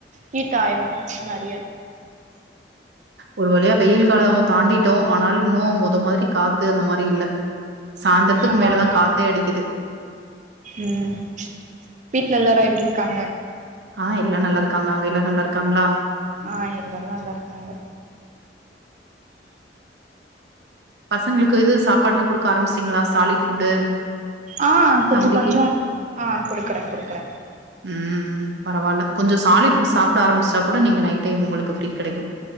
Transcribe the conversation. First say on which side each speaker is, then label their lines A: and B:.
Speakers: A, on the right; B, on the right.
A: ஹீட்டாயிரு நெறைய
B: ஒரு வழியா வெயில் காலோ தாண்டி ட்டோ ஆனாலு இன்னு மொத மாரி காத்து அந்த மாரி இல்ல சாய்ந்திரத்துக்கு
A: ஆமா
B: மேலதா
A: ஆமா
B: காத்தே அடிக்குது
A: ம் வீட்ல எல்லாரு எப்டி இருக்காங்க
B: ஆ எல்லா நல்லா இருக்காங்க அங்க எல்லா நல்லா இருக்காங்களா
A: ஆ எல்லாரு நல்லா இருக்காங்க
B: பசங்களுக்கு இது சாப்பாடெல்லா குடுக்க ஆரம்பிச்சிட்டிங்களா சாலிட் ஃபுட்டு
A: ஆ கொஞ்சோ
B: தம்பிக்கு
A: கொஞ்சோ ஆ குடுக்குற குடுக்குற
B: ம் பரவால்ல கொஞ்சோ சாலிட் ஃபுட் சாப்ட ஆரம்பிச்சுட்டா கூட நீங்க நைட் டைம் உங்களுக்கு ஃப்ரீ கெடைக்கும்